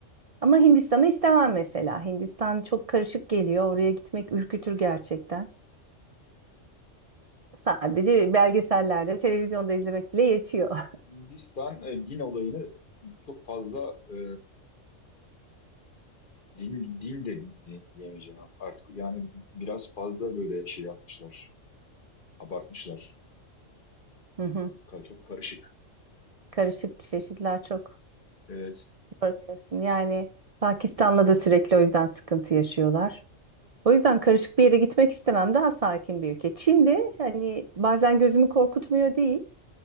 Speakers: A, on the right; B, on the left.
A: Ama Hindistan'ı istemem mesela. Hindistan çok karışık geliyor. Oraya gitmek ürkütür gerçekten. Sadece
B: Ya
A: belgesellerde, televizyonda izlemek bile yetiyor. <laughs>
B: Hindistan e, din olayını çok fazla e, din din de di- diyemeyeceğim art- artık. Yani biraz fazla böyle şey yapmışlar. Abartmışlar.
A: Hı hı.
B: Ka- Çok karışık.
A: Karışık çeşitler çok
B: Evet.
A: Doğru diyorsun. Yani Pakistan'la da sürekli o yüzden sıkıntı yaşıyorlar. O yüzden karışık bir yere gitmek istemem. Daha sakin bir ülke. Çin de hani bazen gözümü korkutmuyor değil.